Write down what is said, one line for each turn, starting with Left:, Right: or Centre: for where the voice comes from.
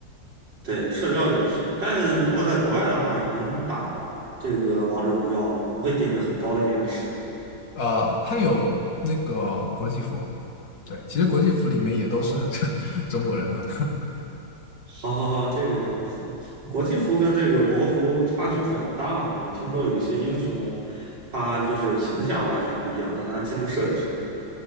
Right: 对，社交游戏，但如果在国外的话，也能打这个王者荣耀吗，不会顶着很高的延迟吗？
Left: 呃，它有那个国际服，对，其实国际服里面也都是
Right: 哦，
Left: <laughs> 中国人了。
Right: 好好好，这个样子。国际服跟这个国服差距很大嘛，我听说有一些英雄，他就是形象完全不一样，但他技能设计是一样。